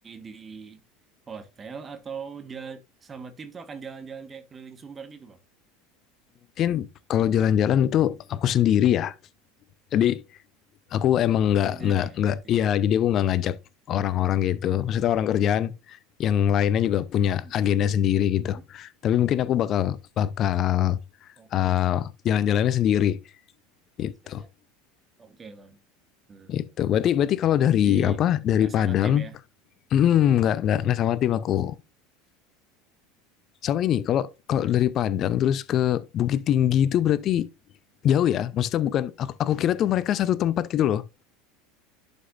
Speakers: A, on the right (about 30°); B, on the left (about 45°).
A: di hotel atau jalan sama tim tuh akan jalan-jalan kayak keliling Sumbar gitu Bang.
B: <laughs> Mungkin kalau jalan-jalan itu aku sendiri ya. Jadi aku emang nggak
A: Sendiri
B: nggak
A: ya
B: nggak.
A: berarti
B: Iya,
A: ya.
B: jadi aku nggak ngajak orang-orang gitu. Maksudnya orang kerjaan yang lainnya juga punya
A: Mhm.
B: agenda sendiri gitu.
A: Mhm.
B: Tapi mungkin aku bakal bakal
A: Oke.
B: uh, jalan-jalannya sendiri gitu.
A: Siap ya. Oke Bang. Hmm.
B: Itu. Berarti berarti kalau dari
A: Jadi
B: apa? Dari
A: nggak
B: Padang,
A: sama tim ya.
B: hmm, nggak nggak nggak sama tim aku. Sama ini, kalau kalau dari Padang terus ke Bukit Tinggi itu berarti Jauh ya? Maksudnya bukan, aku, aku kira tuh mereka satu tempat gitu loh.